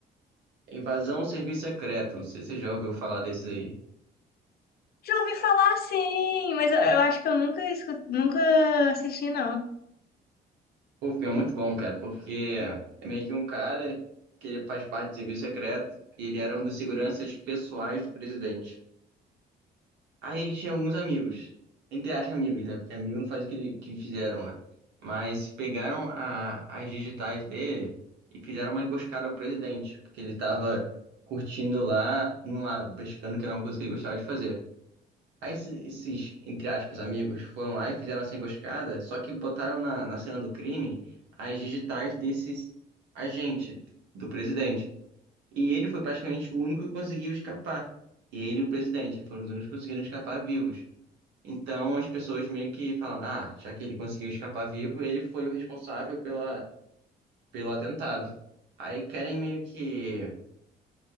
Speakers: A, on the right; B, on the left.
A: Invasão ao Serviço Secreto. Não sei se você já ouviu falar desse aí.
B: Já ouvi falar sim, mas eu, eu acho que eu nunca escu- nunca assisti, não.
A: O filme é muito bom, cara, porque é meio que um cara que ele faz parte do serviço secreto e ele era um dos seguranças pessoais do presidente. Aí ele tinha alguns amigos, entre aspas, amigos, né? Porque amigo não faz o que, ele, que fizeram lá. Mas pegaram a- as digitais dele e fizeram uma emboscada ao presidente, porque ele tava curtindo lá no lago, pescando, que era uma coisa que ele gostava de fazer. Aí esses, esses, entre aspas, amigos foram lá e fizeram essa emboscada, só que botaram na, na cena do crime as digitais desses agente do presidente. E ele foi praticamente o único que conseguiu escapar. E ele e o presidente foram os únicos que conseguiram escapar vivos. Então as pessoas meio que falam, ah, já que ele conseguiu escapar vivo, ele foi o responsável pela, pelo atentado. Aí querem meio que